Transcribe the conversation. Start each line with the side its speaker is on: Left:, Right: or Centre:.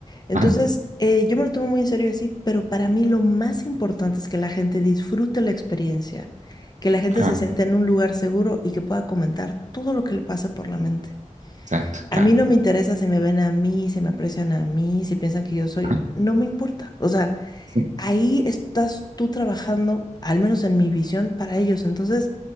Left: Entonces,
Right: ajá,
Left: eh, yo me lo tomo muy en serio y así, pero para mí lo más importante es que la gente disfrute la experiencia, que la gente
Right: claro,
Left: se sienta en un lugar seguro y que pueda comentar todo lo que le pasa por la mente.
Right: exacto, claro.
Left: A mí no me interesa si me ven a mí, si me aprecian a mí, si piensan que yo soy,
Right: Ajá,
Left: no me importa. O sea,
Right: sí,
Left: ahí estás tú trabajando, al menos en mi visión, para ellos. Entonces,